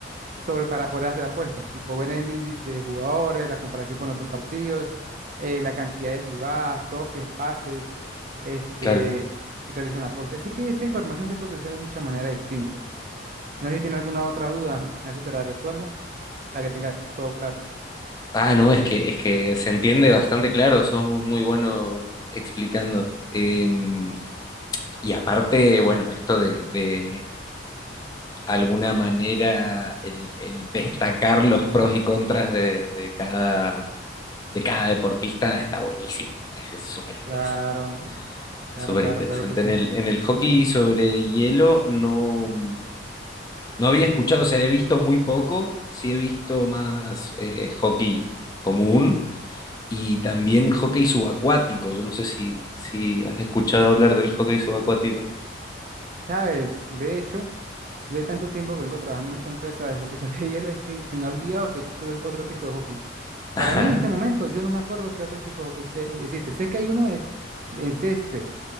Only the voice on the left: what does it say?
Claro.
Ah, no, es que, es que se entiende bastante claro, sos muy, muy bueno explicando. Em, y aparte, bueno, esto de, de alguna manera el, el destacar los pros y contras de, de cada, de cada deportista está buenísimo. Es súper interesante.
Súper
interesante.
En el, en el hockey sobre hielo no. No había escuchado, o sea, he visto muy poco, sí he visto más eh, hockey común y también hockey subacuático. Yo no sé si, si has escuchado hablar del hockey subacuático.
Ajá,